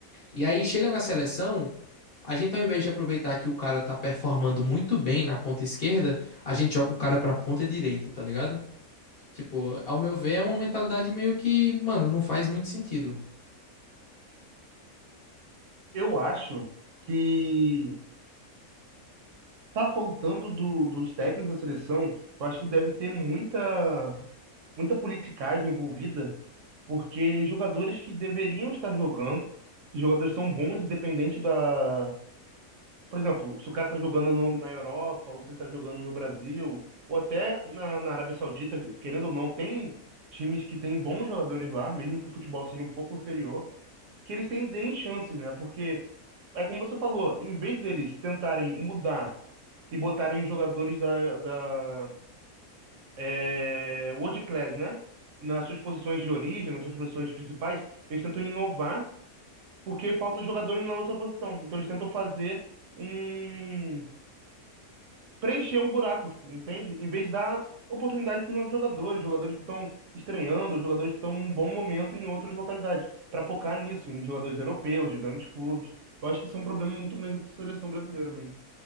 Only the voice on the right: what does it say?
Eu acho que tá faltando do- dos técnicos da seleção, eu acho que deve ter muita, muita politicagem envolvida, porque jogadores que deveriam estar jogando, e jogadores são bons independente da. Por exemplo, se o cara tá jogando no- na Europa, ou se ele tá jogando no Brasil, ou até na, na Arábia Saudita, querendo ou não, tem times que têm bons jogadores lá, mesmo que o futebol seja um pouco inferior, que eles têm, têm chances, né? Porque, é como você falou, em vez deles tentarem mudar e botarem os jogadores da, da é, World Class, né? Nas suas posições de origem, nas suas posições principais, eles tentam inovar porque falta jogador na outra posição. Então eles tentam fazer um... preencher um buraco, entende? Em vez de dar oportunidade para novos jogadores, jogadores que estão estreando, jogadores que estão num bom momento em outras localidades, para focar nisso, em jogadores europeus, de grandes clubes. Eu acho que isso é um problema muito grande para a seleção brasileira mesmo.